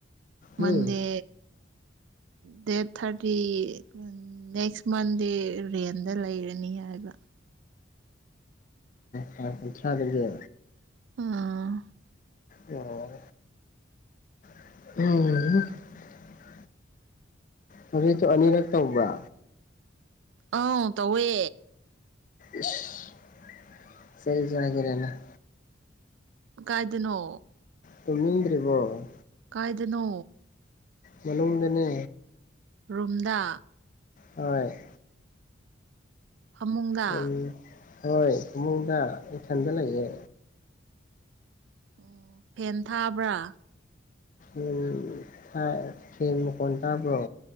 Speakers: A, on the right (about 70°); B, on the left (about 40°).
A: ꯃꯟꯗꯦ
B: ꯍꯨꯝ
A: ꯗꯦꯠ ꯊꯥꯔꯇꯤ ꯎꯝ ꯅꯦꯛꯁ ꯃꯟꯗꯦ ꯔꯦꯟꯗ ꯂꯩꯔꯅꯤ ꯍꯥꯏꯕ
B: ꯇꯥꯡ ꯀꯨꯟꯊ꯭ꯔꯥꯗꯒꯤ
A: ꯑꯥ
B: ꯑꯣ ꯎꯝ ꯍꯝ ꯍꯧꯖꯤꯛ ꯁꯨ ꯑꯅꯤꯔꯛ ꯇꯧꯕ꯭ꯔ
A: ꯑꯥꯎ ꯇꯧꯋꯦ
B: ꯏꯁ ꯆꯩ ꯆꯥꯒꯦꯔ ꯅꯪ
A: ꯀꯥꯏꯗꯅꯣ
B: ꯇꯨꯅꯤꯡꯗ꯭ꯔꯤꯕꯣ
A: ꯀꯥꯏꯗꯅꯣ
B: ꯃꯅꯨꯡꯗꯅꯦ
A: ꯔꯨꯝꯗ
B: ꯍꯣꯏ
A: ꯐꯃꯨꯡꯗ
B: ꯎꯝ ꯍꯣꯏ ꯏꯃꯨꯡꯗ ꯏꯊꯟꯗ ꯂꯩꯌꯦ
A: ꯎꯝ ꯐꯦꯟ ꯊꯥꯕ꯭ꯔꯥ
B: ꯎꯝ ꯊꯥꯏ ꯐꯦꯟ ꯃꯈꯣꯟ ꯇꯥꯕ꯭ꯔꯣ